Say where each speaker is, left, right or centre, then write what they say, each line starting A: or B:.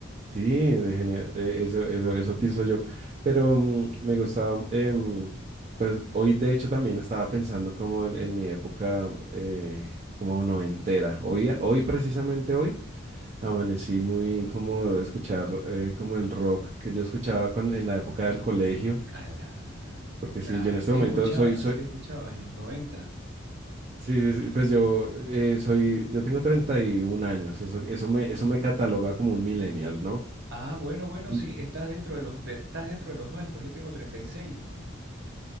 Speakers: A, on the right (about 35°); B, on the right (about 55°).
A: sí, de genial, eh, eso, eso, eso pienso yo. Pero mm, me gustaba, em, pues hoy de hecho también estaba pensando como en, en mi época eh, como noventera. Hoy, hoy precisamente hoy amanecí muy como de escuchar eh, como el rock que yo escuchaba cuando, en la época del colegio.
B: Claro,
A: Porque
B: claro.
A: sí, yo en este
B: ¿Qué
A: momento
B: escuchabas?
A: soy, soy,
B: ¿Qué escuchabas en los 90?
A: sí, sí, sí, pues yo eh, soy, yo tengo 31 años. Eso, eso me, eso me cataloga como un millennial, ¿no?
B: Ah, bueno, bueno,
A: En-
B: sí, estás dentro de los, de- estás dentro de los nuestros, yo tengo 36.